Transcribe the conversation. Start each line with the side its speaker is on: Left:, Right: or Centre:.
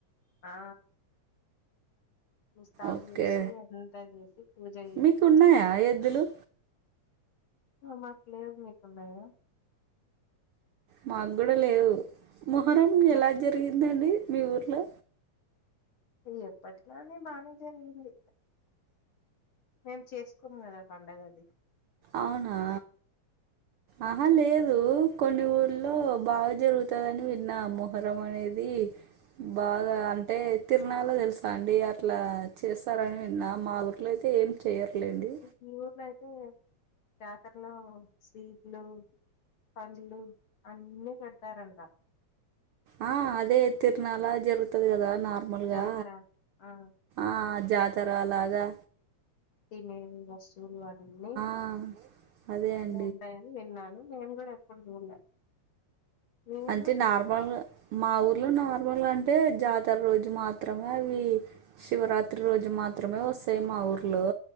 Left: ఆ ముస్తాబు
Right: ఓకే
Left: చేసి అంతా చేసి పూజ చేసి
Right: మీకు ఉన్నాయా ఎద్దులు
Left: మాకు లేవు మీకున్నాయా
Right: మాకు కూడా లేవు మొహరం
Left: మా
Right: ఎలా జరిగిందండి మీ ఊర్లో
Left: ది ఎప్పటిలనే బాగానే జరిగింది మేము చేసుకోం కదా పండగ అది
Right: ఆవునా ఆహా లేదు కొన్ని ఊర్లో బాగా జరుగుతందని విన్నా మొహరం అనేది బాగా అంటే తిరనాల తెలుసా అండి అట్లా చేస్తారని విన్నా మా ఊర్లో అయితే ఏం చయర్లుండి
Left: మీ ఊర్లో అయితే జాతరలో స్వీట్లు పండ్లు అన్నీ పెడతారంట
Right: ఆ అదే తిరునాల జరుగుత వస్తది కదా నార్మల్గా
Left: జాతర ఆ
Right: ఆ జాతర లాగా
Left: తినే వసూలు అన్ని
Right: ఆ అదే అం
Left: ఉంటాయని విన్నాను నేను కూడా ఎప్పుడు చూడలే మీ ఊర్లో
Right: అంటే నార్మల్ మా ఊర్లో నార్మల్ అంటే జాతర రోజు మాత్రమే అవి శివరాత్రి రోజు మాత్రమే వస్తాయి మా ఊర్లో